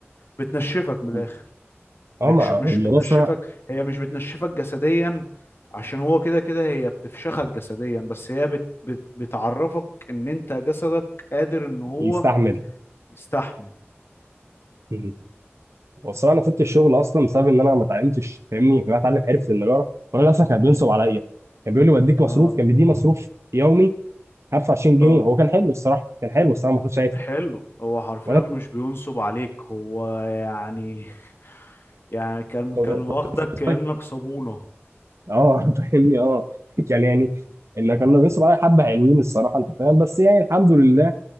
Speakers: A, on the left; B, on the right.
A: بتنشفك من
B: مم.
A: الاخر
B: اه
A: مش
B: ما هو
A: مش
B: الموضوع
A: بتنشفك
B: الصراحه
A: هي مش بتنشفك جسديا عشان هو كده كده هي بتفشخك جسديا بس هي بت بت بتعرفك ان انت جسدك قادر ان هو
B: يستحمل
A: يستحمل
B: مم. هو الصراحه انا سبت الشغل اصلا بسبب ان انا ما اتعلمتش فاهمني فانا اتعلم حرفه النجاره والراجل اصلا كان بينصب
A: مم.
B: عليا كان بيقول لي بديك مصروف
A: اه
B: كان بيديني مصروف يومي 25 جنيه
A: اه
B: هو كان حلو الصراحه كان حلو الصراحه ما كنتش ساعتها
A: حلو هو حرفيا
B: وانا
A: مش بينصب عليك هو يعني <laughs> يعني كان
B: كنت
A: كان واخدك
B: طفل
A: كأنك صابونة
B: اه <laughs> فاهمني اه يعني يعني اللي كانوا بيصروا عليا حبه حلوين الصراحه انت فاهم بس يعني الحمد لله